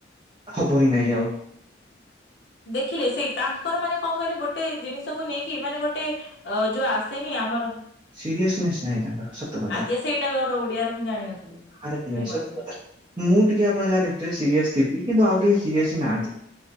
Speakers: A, on the right; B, on the left.
A: ହବ ହିଁ ନାଇଁ ଆଉ।
B: ଦେଖିଲେ ସେଇ ତାଙ୍କର ମାନେ କଣ କହିଲେ ଗୋଟେ ଜିନିଷକୁ ନେଇକି ମାନେ ଗୋଟେ ଆଉ ଯୋଉ ଆସିନି ଆମର
A: ସିରିଏସନେସ୍ ନାହିଁ ତାଙ୍କର ସତ କଥା।
B: ଆଜ୍ଞା ସେଇଟା କର ଓଡିଆରେ ମୁଁ ଜାଣିନଥିଲି। ସେଥିପାଇଁ
A: ଆରେ
B: କହିଲିନି
A: ସତ କଥା। ମୁଁ ଟିକେ ଆପଣ ଯାହା ଦେଖୁଥିବେ ସିରିଏସ ଥିବି। କିନ୍ତୁ ଆଉ କେହି ସିରିଏସ ହିଁ ନାହାନ୍ତି।